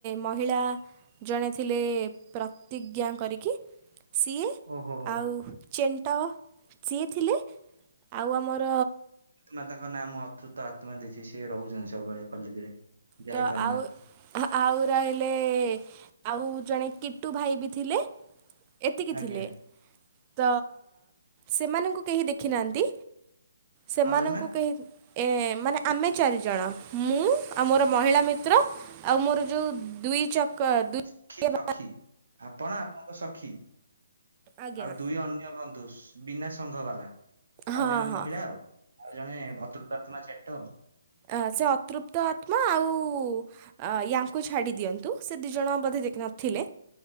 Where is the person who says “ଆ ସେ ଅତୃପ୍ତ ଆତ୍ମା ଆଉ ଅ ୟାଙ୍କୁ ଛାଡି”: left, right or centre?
Right